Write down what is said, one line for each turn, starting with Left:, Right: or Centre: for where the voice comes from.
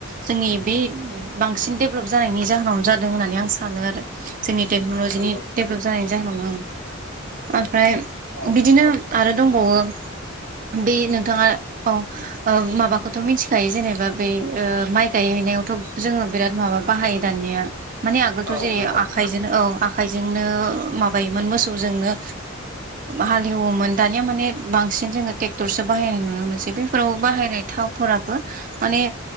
Right: जोंनि बे बांसिन देभलप जानायनि जाहोनावनो जादों होननानै आं सानो आरो। जोंनि टेक्न'लजिनि
Left: नंगौ
Right: डेभलप जानायनि जाहोनाव आं ओमफ्राय
Left: औ
Right: बिदिनो आरो दंबावो बे नोंथाङा औ माबाखौथ' मिथिखायो जेनेबा बै माइ गायहैनायावथ' जोङो बिराद माबा बाहायो दानिया माने आगोलथ'
Left: औ
Right: जेरै
Left: नंगौ
Right: आखाय बिदिनो औ आखायजोंनो माबायोमोन मोसौजोंनो हालेवोमोन दानिया माने बांसिन जोङो ट्रेक्टरसो बाहायनाय नुनो मोनसै बेफोराव बाहायनाय थावफोराबो माने